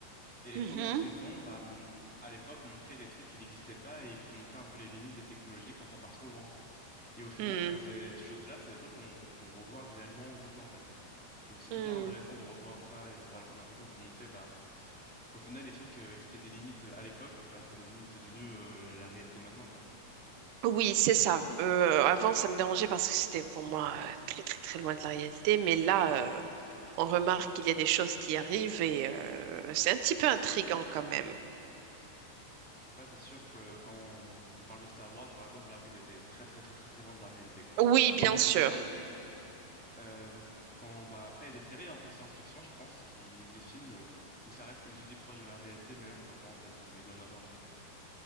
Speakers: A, in the centre; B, on the right.
A: Et les
B: Mhm.
A: premières saisons, bah, m- à l'époque, montraient des trucs qui n'existaient pas et qui montraient un peu les limites des technologies quand ça part trop loin. Et au final,
B: Hmm.
A: bah, ces ces choses-là, c'est des trucs qu'on qu'on revoit réellement aujourd'hui, en fait. Donc c'est
B: Hmm.
A: hyper intéressant de revoir ça et de revoir les premières saisons pour montrer bah, qu'au final, les trucs euh, qui étaient des limites euh, à l'époque, bah, ça devenu, c'est devenu euh, la, la réalité maintenant, quoi.
B: Oui, c'est ça. Euh, avant, ça me dérangeait parce que c'était pour moi euh, très, très, très loin de la réalité. Mais là, euh, on remarque qu'il y a des choses qui arrivent et euh, c'est un petit peu intriguant quand même.
A: Après, c'est sûr que quand on parle de Star Wars, par exemple, là, oui, ils étaient très, très, très, très, très loin de la réalité, quoi.
B: Oui, bien sûr.
A: Euh, quand bah après il y a des séries un peu de science-fiction, je pense, qui ou des films euh, où ça reste comme tu dis proche de la réalité, mais là j'en vois pas en tête, mais il doit en avoir.